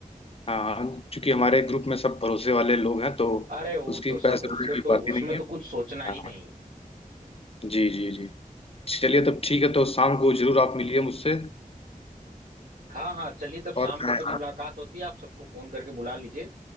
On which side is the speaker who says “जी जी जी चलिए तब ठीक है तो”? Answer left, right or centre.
Left